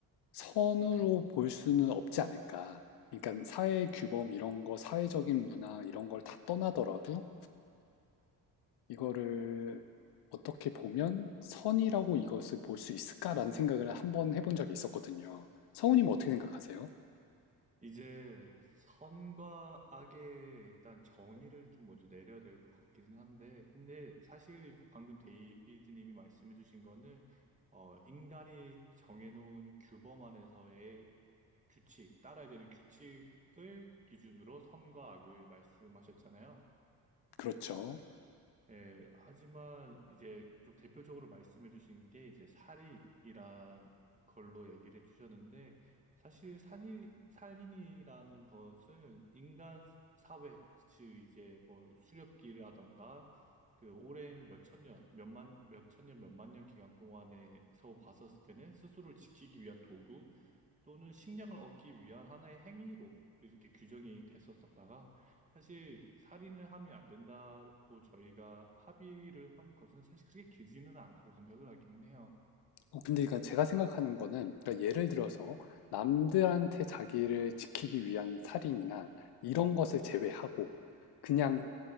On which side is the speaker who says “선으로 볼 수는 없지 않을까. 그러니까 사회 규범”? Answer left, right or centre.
Left